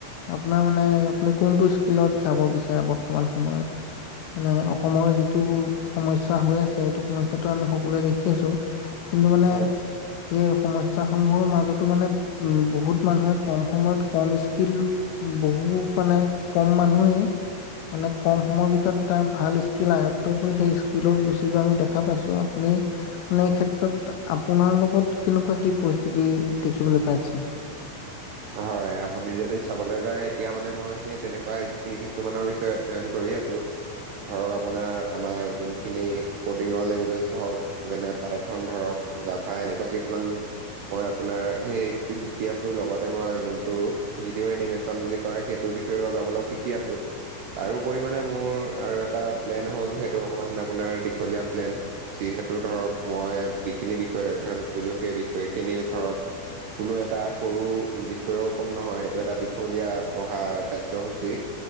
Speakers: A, on the left (about 80°); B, on the right (about 75°).
A: আপোনাৰ মানে আপুনি কোনটো স্কিলত যাব বিচাৰে বৰ্তমান সময়ত মানে অসমৰ? যিটো সমস্যা হৈ আছে, সেইটো সমস্যাটো আমি সকলোৱে দেখি আছো। কিন্তু মানে
B: হয়।
A: এই সমস্যা মাজো মানে উ, বহুত মানুহে কম সময়ত, কম স্কিল বু মানে মানে কম মানুহে মানে কম সময়ৰ ভিতৰত এটা ভাল স্কিল আয়ত কৰি সেই স্কিলত গুচি যোৱা আমি দেখা পাইছো আপু মানে এই ক্ষেত্ৰত আপোনাৰ লগত কেনেকুৱা কি পইচা কি দেখিব পাইছো।
B: হয়। আপুনি যদি চাবলৈ যায়, এতিয়া মানে মই সেই তেনেকুৱা স্কিল কিছুমানৰ বিষয়ে অধ্যয়ন কৰি আছো। ধৰক আপোনাৰ আমাৰ যোন খিনি কডিঙৰ লেংগুৱেজ হওক যেনে পাইথন ধৰক জাভা এনেকুৱা কিছুমান মই আপোনাৰ সেই স্কিল শিকি আছো লগত এতিয়া মই যোনটো ভিডিঅ' এনিমেচন বুলি কয় সেইটো বিষয়ে অলপ অলপ শিকি আছোঁ। তাৰপৰি মানে মোৰ আৰু এটা প্লেন হ'ল সেইটো অকমান আপোনাৰ দীঘলীয়া প্লেন চি যিহেতু ধৰক মই যিখিনি বিষয়ত অধ্যয়ন কৰিলো, সেই বিষয়খিনি ধৰক কোনো এটা সৰু বিষয়ৰ ওপৰত নহয়, এইটো এটা দীঘলীয়া পঢ়া কাৰ্যসূচী